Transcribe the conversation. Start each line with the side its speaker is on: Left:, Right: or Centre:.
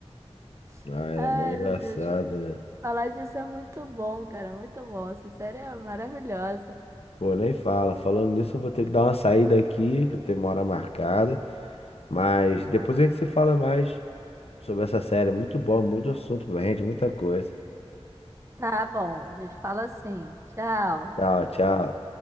Right: <laughs>
Left: Ah, era
Right: Ai,
Left: mó engraçado,
Right: meu Deus.
Left: né?
Right: Falar disso é muito bom, cara, muito bom. Essa série é maravilhosa.
Left: Pô, nem fala. Falando nisso, eu vou ter que dar uma saída aqui, que eu tenho uma hora marcada. Mas depois a gente se fala mais sobre essa série. Muito bom, muito assunto pra gente, muita coisa.
Right: Tá bom, a gente fala assim. Tchau.
Left: Tchau, tchau.